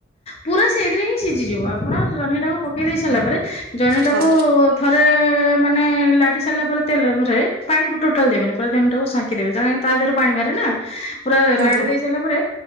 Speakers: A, on the left; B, on the right.
A: ପୁରା ସେଇଥିରେ ହିଁ ସିଝିଯିବ ଆପଣ ଜହ୍ନି ଟାକୁ ପକେଇ ଦେଇ ସାରିଲା ପରେ ଜହ୍ନିଟାକୁ
B: ହଁ
A: ଥରେ ମାନେ ଲାଗି ସାରିଲା ପରେ ତେଲରେ ପାଣିକୁ ଟୋଟାଲ ଦେବେନି ପୁରା ଜହ୍ନି ସାଙ୍କିଦେବେ ତା ଦେହରୁ ପାଣି ବାହାରେ ନା ନା ପୁରା
B: ହଁ
A: <unintelligible> ଲଡେ
B: ହଁ।
A: ଦେଇ ସାରିଲା ପରେ